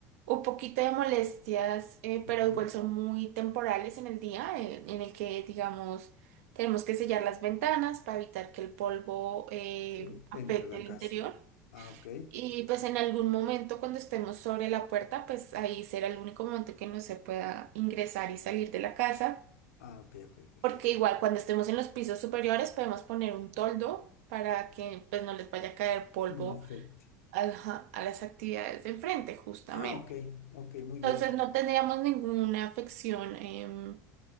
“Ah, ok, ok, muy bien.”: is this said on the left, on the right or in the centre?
Left